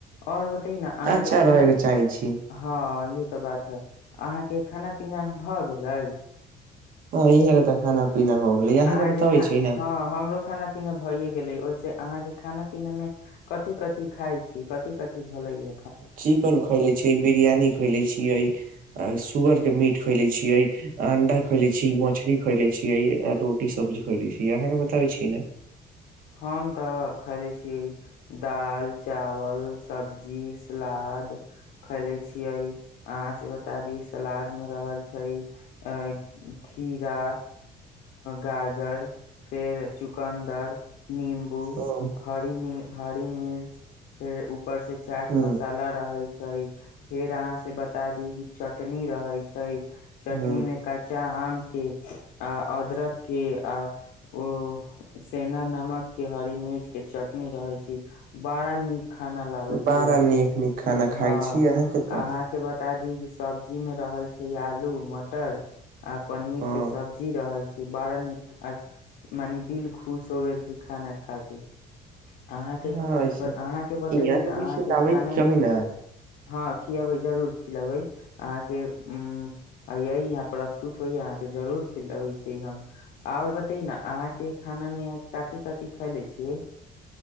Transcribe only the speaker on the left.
आओर बतै न अहाँके
खाना
हँ इहो तऽ बात है अहाँके खाना पीना भए गेलै
अहाँके
खा
हँ हमरो खाना पीना भइे गेले ओहि सँ अहाँ के खाना पीना में कथी कथी खाय छी कथी कथी भ लागै
हम तऽ खयले छी दाल चावल सब्जी सलाद खैले छियै अहाँ से बता दी सलाद मे रहल छै अ खीरा गाजर फेर चुकन्दर नम्बू
ह हरि मिर्च ऊपर से चाट
मसाला रहै छै। फेर अहाँ से बता दी कि चटनी रहै छै चटनी
मे काट चा आम के आ अदरक के आ ओ सेद्धा नमक के के हरी मिर्च के चटनी रहै छी बड़ा नीक खाना लागै
छै आज
के
हँ
अहाँकेँ बता दी कि सब्जी मे रहल छै आलू मटर आ पनीर
के सब्जी जी रहल छै बड़ा नीक आज मने दिल खुश हो गेल छै खाना खा के ' अहाँके
ब अहाँके बतैए
ने
अहाँके
खानामे
हँ खियाबै जरूर खिलेबै अहाँके उ य यही पर <unintelligible> के जरूर खिल होइ छै हम आऔर बतई नऽ आज अहाँ के खाना में कथि कथि क तिख ले छियै <unintelligible>